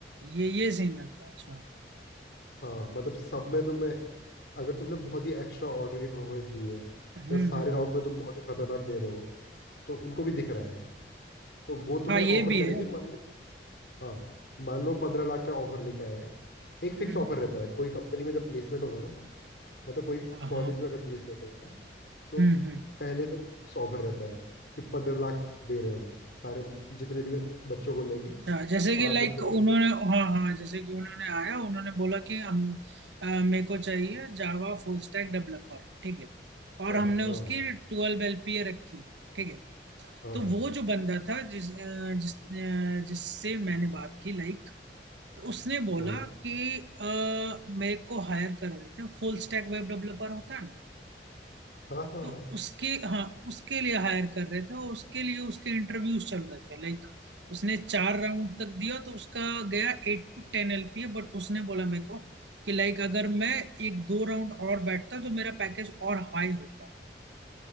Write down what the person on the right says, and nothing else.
ये ये सीन रहता है अच्छा
हम्म
हम्म
हम्म,
अच्छा
हाँ ये
भी
है
हम्म
हाँ
हाँ
हम्म हम्म
अच्छा जैसे
कि लाइक
उन्होंने
हाँ हाँ जैसे कि उन्होंने आया उन्होंने बोला कि हम अ, मेरे को चाहिए जावा फुल स्टैक डेवलपर ठीक है और
हमने
उसकी ट्वेल्व एलपीए रखी ठीक है
तो
वो जो बंदा था जिस अ, जिस अ, जिससे मैंने बात की लाइक तो उसने बोला
कि अ, मेरे को हायर कर रहे थे फुल स्टैक वेब डेवलपर होता है ना
तो
उसके हाँ उसके लिए हायर कर रहे थे और उसके लिए उसके इंटरव्यूज चल रहे थे लाइक उसने चार राउंड तक दिया तो उसका गया eight to ten LPA But उसने बोला मेरे को कि लाइक अगर मैं एक दो राउंड और बैठता तो मेरा पैकेज और हाई होता